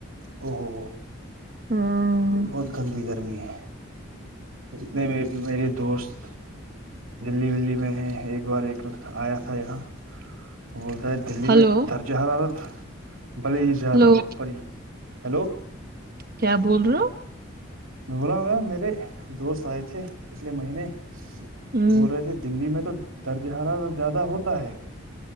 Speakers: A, on the right (about 80°); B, on the right (about 45°).
A: او ہو
B: ہاں
A: بہت گندی کر ہے جتنے میں بھی میری دوست دلی ولی میں ہیں ایک بار ایک آیا تھا یہاں <unintelligible> وہ بولتا ہے دللی
B: ہلو
A: میں درجہ حرارت بلے ہی زیادہ
B: ہلو
A: ہو پ ہلو
B: کیا بول رہے
A: م بلا گا میرے دوست آئے تھے پچھلے مہینے
B: ہو ہوں
A: بول رہے تھے دلی میں تو درجہ حرا زیادہ ہوتا ہے